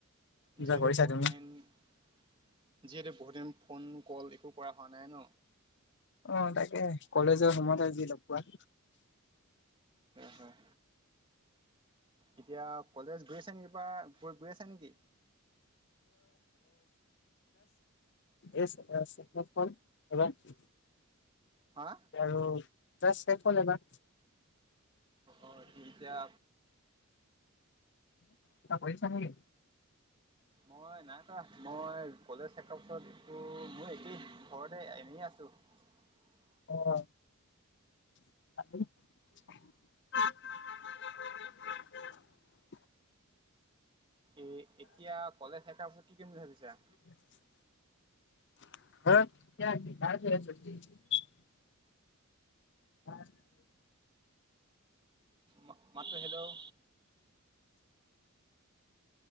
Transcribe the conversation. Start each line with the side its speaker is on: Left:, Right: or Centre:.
Left: কিবা
Right: যিহেতু
Left: কৰিছা তুমি?
Right: বহুতদিন ফোন কল একো কৰা হোৱা নাই ন
Left: আহ তাকে কলেজৰ সময়ত যি লগ পোৱা
Right: হয় হয়। এতিয়া কলেজ গৈ আছে নেকি বা গৈ গৈ আছ নেকি?
Left: এচ টু ফৰ চেভেন
Right: হা
Left: আৰু শেষ হল এবাৰ
Right: অঁ তেতিকয়া
Left: এটা পইচা নাই?
Right: মই নাই কৰা মই কলেজ শেষ হোৱা পাছত মই একেই ঘৰতে এনেই আছো <unintelligible>
Left: অ <unintelligible>
Right: এ এতিয়া কলেজ শেষ বাৰ ফত কি কৰিম বুলি ভাবিছা
Left: <unintelligible> <unintelligible>
Right: মাত-মাতো হেল্ল'